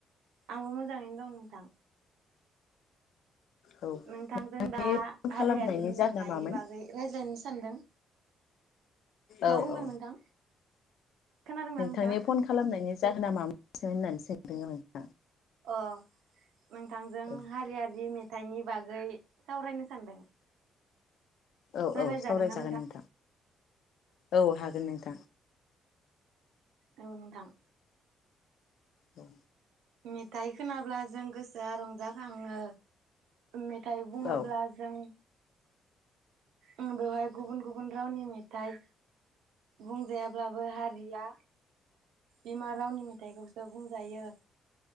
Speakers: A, on the right (about 85°); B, on the left (about 70°).
A: आंबो मोजाङैनो दं नोंथां
B: औ
A: नोंथांजों दा
B: बे फन खालामनायनि
A: हारियारि मेथाइनि
B: जाहोना मामोन
A: बागै रायज्लायनो सानदों मा
B: औ
A: बुंदों
B: औ
A: नोंथां खोनादोंना
B: नोंथांनि
A: नोंथाङा
B: फन खालामनायनि जाहोना मामोनन होननानै सोंदों आं
A: अ नोंथांजों
B: औ
A: हारियारिे मेथाइनि बागै सावरायनो सानदों
B: औ
A: रायलायजागोन
B: औ सावरायजागोन
A: ना
B: नोंथां औ हागोन नोंथां
A: औ नोंथां
B: औ
A: मेथाइ खोनाब्ला जों गोसोआ रंजाखाङो मेथाइ बुङोब्ला
B: औ
A: जों ओम बेवहाय गुबुन गुबुन रावनि मेथाइ बुंजायाब्लाबो हारिया बिमा रावनि मेथाइखौसो बुंजायो